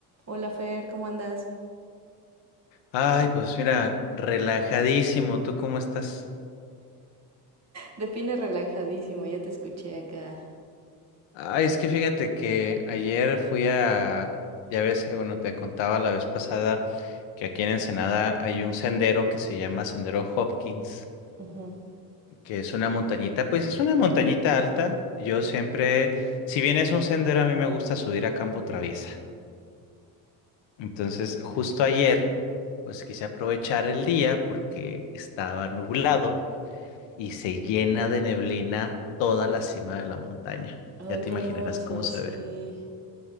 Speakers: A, on the right (about 35°); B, on the left (about 70°).
A: Hola Fer, ¿cómo andas?
B: Ay, pues mira, relajadísimo. ¿Tú cómo estás?
A: De Pine relajadísimo, ya te escuché acá.
B: Ay, es que fíjate que ayer fui a, ya ves, eh, bueno, te contaba la vez pasada que aquí en Ensenada hay un sendero que se llama Sendero Hopkins,
A: Ujú.
B: que es una montañita, pues es una montañita alta. Yo siempre, si bien es un sendero, a mí me gusta subir a campo traviesa. Entonces, justo ayer, pues quise aprovechar el día porque estaba nublado. y se llena de neblina toda la cima de la montaña.
A: Ay,
B: Ya te
A: qué
B: imaginarás
A: hermoso,
B: cómo se
A: sí.
B: ve.